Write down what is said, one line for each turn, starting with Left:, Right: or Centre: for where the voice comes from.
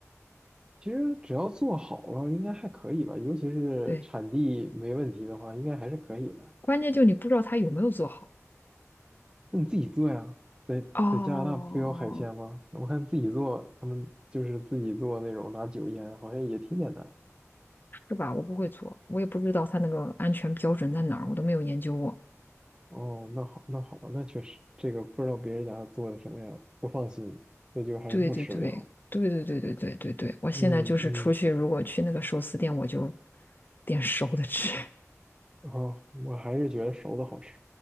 Right: 其实只要做好了，应该还可以吧，尤其是产地没问题的话，
Left: 对，
Right: 应该还是可以的。
Left: 关键就你不知道它有没有做好
Right: 那你自己做呀，在在加拿大不有海鲜吗？
Left: 哦，
Right: 我看自己做，他们就是自己做那种拿酒腌，好像也挺简单。
Left: 是吧？我不会做，我也不知道它那个安全标准在哪儿，我都没有研究过。
Right: 哦，那好，那好吧，那确实，这个不知道别人家做的什么样，不放心，那就还是不吃为好。
Left: 对对对对对对对对对对，我现在就是出去，
Right: 嗯嗯。
Left: 如果去那个寿司店，我就点熟的吃。<laughs>
Right: 然后我还是觉得熟的好吃，